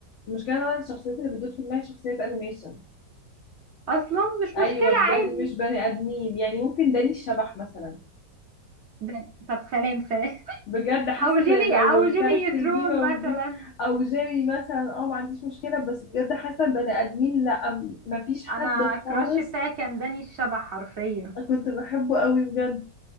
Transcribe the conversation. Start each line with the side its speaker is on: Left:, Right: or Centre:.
Left: مش كده انا الشخصيات اللي بتدور في دماغي شخصيات انيميشن
Right: اصلا مش
Left: ايوه
Right: مشكلة
Left: بجد
Right: عادي
Left: مش بني ادمين يعني ممكن داني الشبح مثلا
Right: ده- طب سلام سلام <laughs>
Left: بجد حاسة
Right: او جيمي
Left: ان لو
Right: او
Left: الكاركتر
Right: جيمي نيوترون
Left: دي موجود
Right: مثلا
Left: او جيمي مثلا اه ما عنديش مشكلة بس بجد حاسة إن بني ادمين لا مفيش حد
Right: انا
Left: خالص
Right: الكراش بتاعي كان داني الشبح حرفيا
Left: كنت بحبه قوي بجد